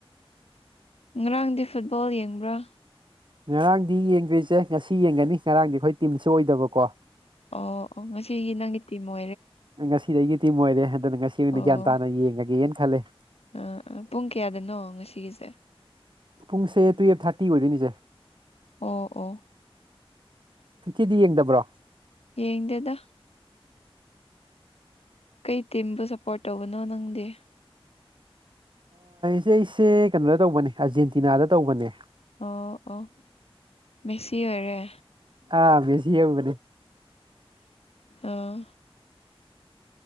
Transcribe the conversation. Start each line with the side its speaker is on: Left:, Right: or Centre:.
Left: ꯉꯔꯥꯡꯗꯤ ꯐꯨꯠꯕꯣꯜ ꯌꯦꯡꯕ꯭ꯔꯥ
Right: ꯉꯔꯥꯡꯗꯤ ꯌꯦꯡꯗꯣꯏꯁꯦ ꯉꯁꯤ ꯌꯦꯡꯒꯅꯤ ꯉꯔꯥꯡꯗꯤ ꯑꯩꯈꯣꯏ ꯇꯤꯝꯁꯨ ꯑꯣꯏꯗꯕꯀꯣ
Left: ꯑꯣ ꯑꯣ ꯉꯁꯤꯒꯤ ꯅꯪ ꯏꯇ ꯃꯣ
Right: ꯉꯁꯤꯗꯒꯤ ꯑꯩꯒꯤꯗꯤꯤꯝ ꯑꯣꯏꯣꯏꯔꯦ ꯍꯟꯗꯅ ꯉꯁꯤ ꯑꯣꯏꯅ
Left: ꯑꯣ
Right: ꯒ꯭ꯌꯥꯟ ꯇꯥꯅ ꯌꯦꯡꯉꯒꯦꯅ ꯈꯜꯂꯦ
Left: ꯑꯥ ꯄꯨꯡ ꯀꯌꯥꯗꯅꯣ ꯉꯁꯤꯒꯤꯁꯦ
Right: ꯄꯨꯡꯁꯦ ꯇꯨꯌꯦꯞ ꯊꯥꯔꯇꯤ ꯑꯣꯏꯗꯣꯏꯅꯤꯁꯦ
Left: ꯑꯣ ꯑꯣ
Right: ꯆꯆꯤꯗꯤ ꯌꯦꯡꯗꯕ꯭ꯔꯣ
Left: ꯌꯦ ꯇꯦꯗ ꯀꯩ ꯇꯤꯝꯕꯨ ꯁꯄꯣꯔꯠ ꯇꯧꯕꯅꯣ ꯅꯪꯗꯤ
Right: ꯁꯦ ꯑꯩꯁꯦ ꯀꯩꯅꯣꯗ ꯇꯧꯕꯅꯦ ꯑꯔꯖꯦꯟꯇꯤꯅꯥꯗ ꯇꯧꯕꯅꯦ
Left: ꯑꯣ ꯑꯣ ꯦꯁꯤ ꯑꯣꯏꯔꯦ
Right: ꯑꯥ ꯃꯦꯁꯤ ꯌꯧꯕꯅꯦ
Left: ꯑꯥ